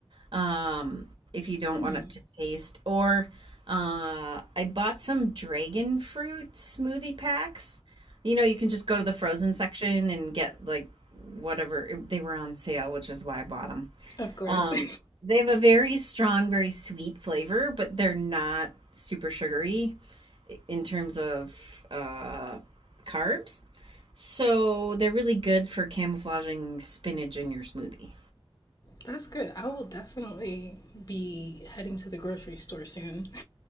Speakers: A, on the right; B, on the left.
A: um, if you don't
B: Mm,
A: want it to taste. Or uh, I bought some dragon fruit smoothie packs. You know, you can just go to the frozen section and get like whatever they were on sale, which is why I bought them.
B: of course.
A: Um,
B: <laughs>
A: they have a very strong, very sweet flavor, but they're not super sugary in terms of uh, carbs. So they're really good for camouflaging spinach in your smoothie.
B: That's good. I will definitely be heading to the grocery store soon. <laughs>